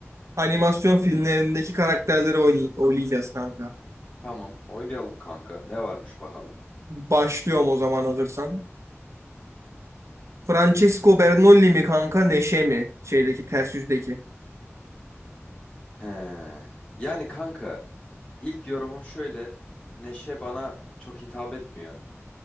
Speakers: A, on the right; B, on the left.
A: Animasyon filmlerindeki karakterleri oynay- oylayacağız kanka.
B: Tamam, oynayalım kanka. Ne varmış bakalım.
A: Başlıyorum o zaman hazırsan. Francesco
B: Evet.
A: Bernoulli mi kanka Neşe mi? Şeydeki ters yüzdeki.
B: He. Yani kanka, ilk yorumum şöyle. Neşe bana çok hitap etmiyor.